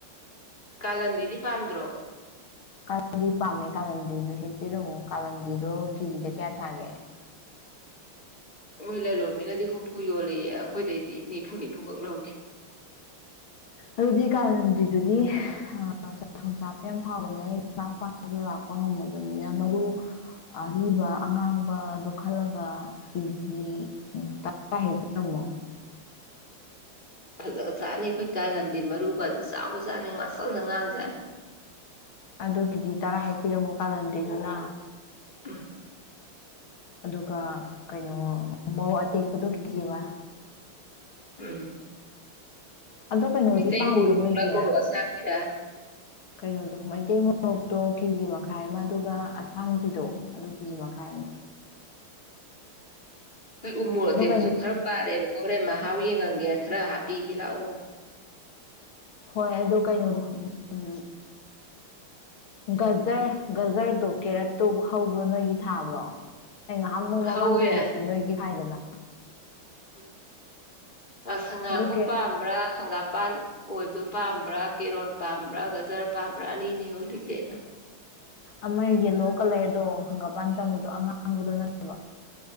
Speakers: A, on the left (about 20°); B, on the left (about 70°).
A: ꯀꯥꯂꯟꯗꯤꯗꯤ ꯄꯥꯝꯗ꯭ꯔꯣ
B: ꯀꯥꯂꯟꯗꯤ ꯄꯥꯝꯃꯦ ꯀꯥꯂꯟꯗꯤꯁꯨ ꯍꯦꯛꯄꯤꯔꯝꯃꯨ ꯀꯥꯂꯟꯗꯗꯣ ꯀꯦꯖꯤꯗ ꯀꯌꯥ ꯊꯥꯒꯦ
A: ꯃꯣꯏ ꯂꯂꯣꯟꯕꯤꯅꯗꯤ ꯍꯨꯝꯐꯨ ꯌꯣꯜꯂꯦꯌꯦ ꯑꯩꯈꯣꯏꯗꯩꯗꯤ ꯅꯤꯐꯨ ꯅꯤꯐꯨ ꯐꯨꯈꯛ ꯂꯧꯈꯤ
B: ꯑꯗꯨꯗꯤ ꯀꯥꯂꯟꯗ꯭ꯔꯤꯗꯨꯗꯤ ꯑꯥ ꯊꯣꯡꯆꯥ ꯌꯥꯝ ꯐꯥꯎꯕꯅꯦ ꯑꯩꯥ ꯄꯥꯛꯪ ꯄꯥꯛꯁꯨ ꯂꯥꯛꯄ ꯉꯝꯃꯣꯏꯗꯕꯅꯤꯅ ꯃꯔꯨ ꯑꯔꯤꯕ ꯑꯉꯥꯡꯕꯗꯣ ꯈꯜꯂꯒ ꯀꯦꯖꯤ ꯇꯔꯥ ꯍꯦꯛꯄꯤꯔꯝꯃꯣ ꯎꯝ
A: ꯐꯖꯒ꯭ꯔꯆꯥꯅꯤ ꯑꯩꯈꯣꯏ ꯀꯥꯂꯟꯗꯤꯥ ꯃꯔꯨꯒꯗꯣ ꯆꯥꯎꯒ ꯆꯥꯅꯦ ꯉꯥꯛꯁꯪ ꯉꯥꯡꯖꯥꯠꯅꯤ
B: ꯑꯣ ꯀꯦꯖꯤ ꯇꯔꯥ ꯍꯦꯛꯄꯤꯔꯝꯃꯣ ꯀꯥꯂꯟꯗ꯭ꯔꯤꯗꯨꯅ
A: ꯎꯝ
B: ꯑꯗꯨꯒ ꯀꯩꯅꯣ ꯃꯣꯔꯣꯛ ꯑꯇꯦꯛꯄꯗꯣ ꯀꯦꯖꯤ ꯑꯃ
A: ꯎꯝ
B: ꯑꯗꯣ ꯀꯩꯅꯣꯗꯤ
A: ꯃꯤꯇꯩ
B: ꯄꯥꯟꯕ꯭ꯔꯣ
A: ꯃꯣꯔꯣꯛꯂ
B: ꯅꯣꯏꯒꯤ
A: ꯃꯣꯔꯣꯛ ꯑꯁꯥꯡꯕꯤꯔ
B: ꯀꯩꯅꯣꯗꯣ ꯃꯩꯇꯩ ꯃꯣꯔꯣꯛꯇꯣ ꯀꯦꯖꯤ ꯃꯈꯥꯏ ꯑꯃ ꯑꯗꯨꯒ ꯑꯁꯥꯡꯕꯤꯗꯣ ꯑꯗꯨꯒꯤ ꯀꯦꯖꯤ ꯃꯈꯥꯏ ꯑꯃ
A: ꯍꯣꯏ ꯎꯃꯣꯔꯣꯛ ꯑꯇꯦꯛꯕꯁꯨ
B: ꯑꯗꯣ ꯀꯩꯅꯣ
A: ꯈꯔ ꯄꯥꯜꯂꯦꯕ ꯍꯣꯔꯦꯟ ꯃꯍꯥꯎ ꯌꯦꯡꯉꯟꯒꯦ ꯈꯔ ꯍꯥꯞꯄꯤꯒꯦ ꯂꯥꯛꯑꯣ
B: ꯍꯣꯏ ꯑꯗꯨ ꯀꯩꯅꯣꯗꯣ ꯎꯝ ꯒꯖꯔ ꯒꯖꯔꯗꯨ ꯀꯦꯔꯠꯇꯨ ꯍꯧꯕ꯭ꯔꯣ ꯅꯣꯏꯒꯤ ꯊꯥꯕ꯭ꯔꯣ ꯑꯩ ꯉꯍꯥꯃꯨꯛ ꯃꯃꯥꯡ
A: ꯍꯧꯋꯦ
B: ꯆꯍꯤꯗꯗꯤ ꯅꯣꯏꯒꯤ ꯊꯥꯏꯗꯅ
A: ꯎꯝ ꯉꯁꯪ ꯉꯥꯡꯕ
B: ꯑꯗꯨ ꯀꯦ
A: ꯄꯥꯝꯕ꯭ꯔꯥ ꯍꯪꯒꯥꯄꯥꯟ ꯑꯣꯏꯕꯗꯣ ꯄꯥꯝꯕ꯭ꯔꯥ ꯀꯦꯔꯣꯠ ꯄꯥꯝꯕ꯭ꯔꯥ ꯒꯖꯔ ꯄꯥꯝꯕ꯭ꯔꯥ ꯑꯅꯤ ꯑꯅꯤ ꯎꯂꯤꯁꯦ ꯑꯩꯅ
B: ꯑꯃ ꯌꯦꯂꯣ ꯀꯂꯔꯗꯣ ꯍꯪꯒꯥꯄꯥꯟ ꯆꯪꯕꯗꯣ ꯑꯉꯥꯡꯕꯗꯣ ꯅꯠꯇꯕ